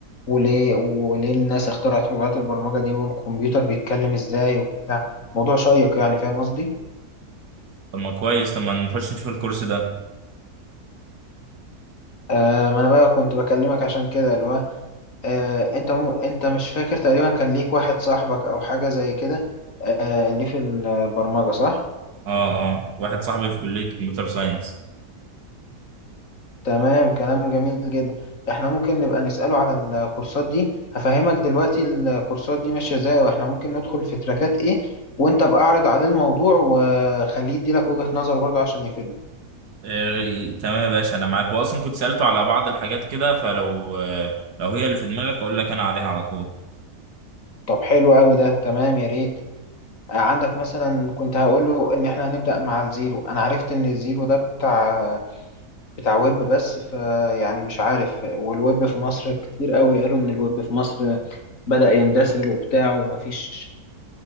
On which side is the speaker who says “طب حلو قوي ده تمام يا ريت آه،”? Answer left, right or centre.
Left